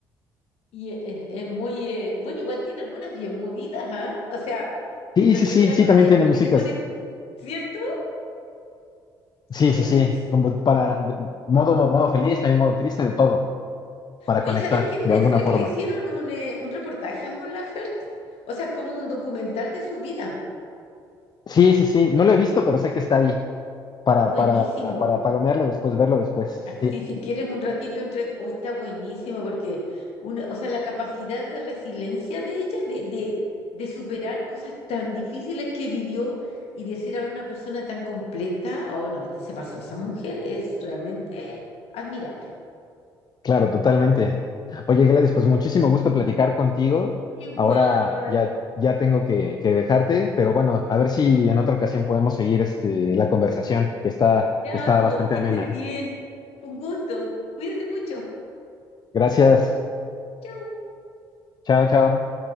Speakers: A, on the left; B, on the left.
A: Y e- es, es muy, eh, bueno, igual tiene algunas bien movidas, ¿ah? O sea, en
B: Sí,
A: los
B: sí,
A: espectáculos
B: sí, sí, también
A: de ella
B: tiene
A: como
B: músicas.
A: que te pone, ¿cierto?
B: Sí,
A: Buenísimo.
B: sí, sí, como para de- modo, modo feliz, también modo triste, de todo, para
A: Oye,
B: conectar
A: ¿sabías que en
B: de
A: Netflix
B: alguna forma.
A: le hicieron un, eh, un reportaje a Mon Laferte? O sea, como un documental de su vida.
B: Sí, sí, sí, no lo he visto, pero sé que está ahí para,
A: Está buenísimo.
B: para, para palomearlo después, verlo después.
A: Así
B: Sí.
A: si quieres un ratito entre... Oh, está buenísimo porque una, o sea, la capacidad de resiliencia de ella, de, de, de superar cosas tan difíciles que vivió y de ser ahora una persona tan completa, oh no, este, se pasó. Esa mujer es realmente admirable.
B: Claro, totalmente. Oye, Gladys, pues muchísimo gusto platicar contigo.
A: Igual.
B: Ahora ya, ya tengo que, que dejarte, pero bueno, a ver si en otra ocasión podemos seguir este, la conversación, que está,
A: Ya,
B: que está
A: pues,
B: bastante
A: que
B: amena.
A: estés bien. Fue un gusto. Cuídate mucho.
B: Gracias.
A: Chau.
B: Chao, chao.